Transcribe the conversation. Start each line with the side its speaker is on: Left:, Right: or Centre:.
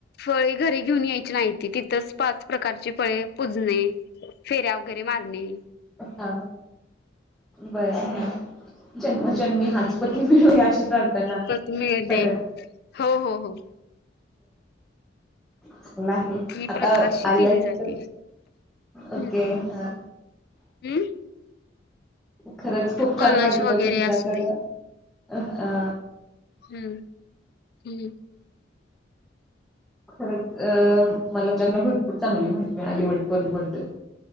Left: फळे घरी घेऊन यायची नाहीत ती तिथंच पाच प्रकारचे फळे पूजणे, फेऱ्या वगैरे मारणे.
Centre: हा बरं जन्मो जन्मी
Left: हम्म
Centre: हाच पती मिळो अशी प्रार्थना
Left: परत मिळणे
Centre: करत
Left: हो हो हो.
Centre: चांगला आहे
Left: ही
Centre: आता
Left: प्रथा आशी
Centre: आल्यास
Left: केली जाते.
Centre: तर
Left: हम्म
Centre: ओके हा
Left: हम्म
Centre: खरंच खूप
Left: कलश
Centre: छान वाटलं
Left: वगैरे
Centre: तुमच्याकडं
Left: असू दे
Centre: अ
Left: हम्म हम्म.
Centre: खरंच अं मला तुमच्याकडंन भरपूर चांगली माहिती मिळाली वटपौर्णिमेबद्दल.